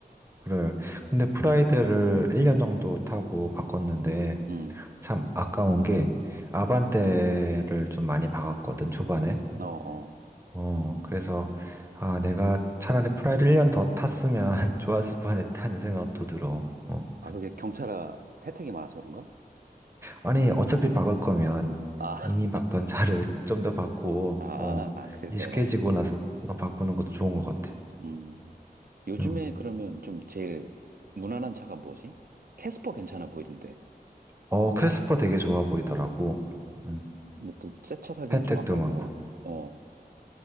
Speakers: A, on the right (about 15°); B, on the right (about 65°).
A: 그래. 근데 프라이드를 1년 정도 타고 바꿨는데,
B: 음,
A: 참 아까운 게 아반떼를 좀 많이 박았거든, 초반에.
B: 어, 어.
A: 어, 그래서, 아, 내가 차라리 프라이를 1년 더 탔으면 <laughs> 좋았을 뻔했다는 생각도 들어. 어.
B: 아, 그게 경차라 혜택이 많아서 그런가?
A: 아니, 어차피 바꿀 거면
B: 아,
A: 이미
B: <laughs>
A: 박던 차를 <laughs> 좀 더 바꾸고,
B: 아,
A: 어,
B: 아, 그래서.
A: 익숙해지고 나서 바꾸는 것도 좋은 것 같아.
B: 음. 요즘에
A: 응.
B: 그러면 좀 제일 무난한 차가 뭐지? 캐스퍼 괜찮아 보이던데.
A: 어, 캐스퍼 되게 좋아 보이더라고. 음,
B: 근데 또 새 차 사기엔
A: 혜택도
B: 좀 아깝고.
A: 많고.
B: 어.